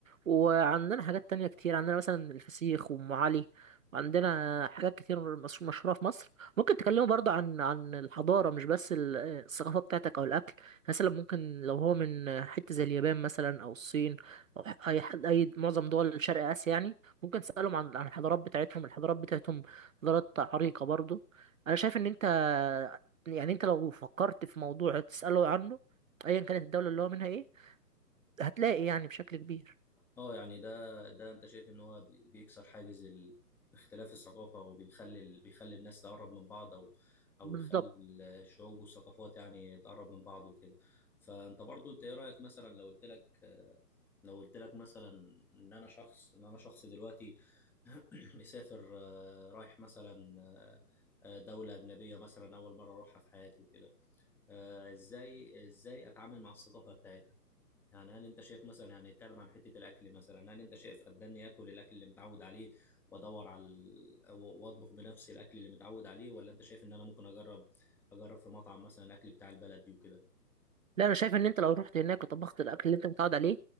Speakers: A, on the right; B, in the centre.
A: وعندنا حاجات تانية كتير عندنا مثلا الفسيخ وأم علي وعندنا حاجات كتير مش- مشهورة في مصر ممكن تكلموا برضو عن عن الحضارة مش بس ال- الثقافة بتاعتك أو الأكل مثلا ممكن لو هو من حتة زي اليابان مثلا أو الصين أو ح- أي حد أي معظم دول شرق آسيا يعني ممكن تسألهم عن عن الحضارات بتاعتهم الحضارات بتاعتهم حضارات عريقة برضو أنا شايف إن أنت يعني أنت لو فكرت في موضوع تسأله عنه أيا كانت الدولة اللي هو منها إيه هتلاقي يعني بشكل كبير
B: اه يعني ده ده انت شايف ان هو بي- بيكسر حاجز ال- اختلاف الثقافة وبيخلي ال- بيخلي الناس تقرب من بعض او او
A: بالظبط
B: يخلي الشعوب والثقافات يعني تقرب من بعض وكده فانت برضو انت ايه رأيك مثلا لو قلت لك آه، لو قلت لك مثلا ان انا شخص ان انا شخص دلوقتي <clears throat> مسافر آه، رايح مثلا آه، آه، دولة أجنبية مثلا أول مرة أروحها في حياتي وكده آه، إزاي إزاي أتعامل مع الثقافة بتاعتها يعني هل انت شايف مثلا يعني نتكلم عن حته الاكل مثلا هل انت شايف قدرني اكل الاكل اللي متعود عليه وادور على ال- و- واطبخ بنفسي الاكل اللي متعود عليه ولا انت شايف ان انا ممكن اجرب اجرب في مطعم مثلا الاكل بتاع البلد دي وكده
A: لا انا شايف ان انت لو رحت هناك وطبخت الاكل اللي انت متعود عليه